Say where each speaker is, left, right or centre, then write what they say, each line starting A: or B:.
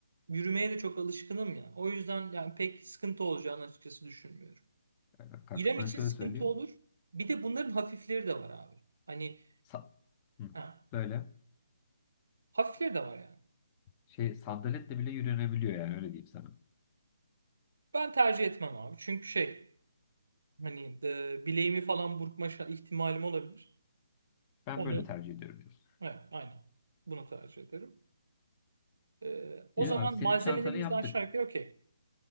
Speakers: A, on the right; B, on the left.
A: Yürümeye de çok alışkınım ya. O yüzden yani pek sıkıntı olacağını açıkçası düşünmüyorum.
B: E, Kanka
A: İrem
B: sana
A: için
B: şöyle
A: sıkıntı
B: söyleyeyim.
A: olur. Bir de bunların hafifleri de var abi. Hani
B: Sa Hı.
A: ha,
B: Böyle
A: hafifleri de var yani.
B: şey sandaletle bile yürünebiliyor yani öyle diyeyim sana.
A: Ben tercih etmem abi. Çünkü şey hani e, bileğimi falan burkma şa- ihtimalim olabilir.
B: Ben
A: Onu
B: böyle tercih ediyorum diyorsun.
A: evet aynen. Bunu tercih ederim. E, o
B: İyi
A: zaman
B: abi senin
A: malzemelerimiz
B: çantanı yaptık.
A: de aşağı yukarı okey.